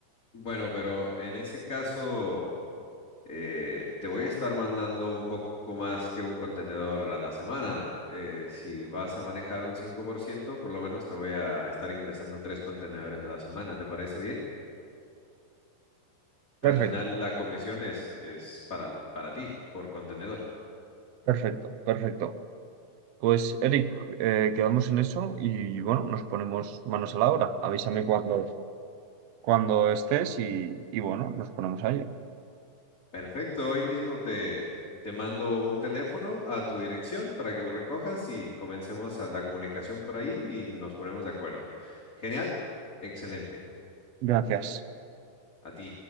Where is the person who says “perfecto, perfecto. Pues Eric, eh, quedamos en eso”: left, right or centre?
Right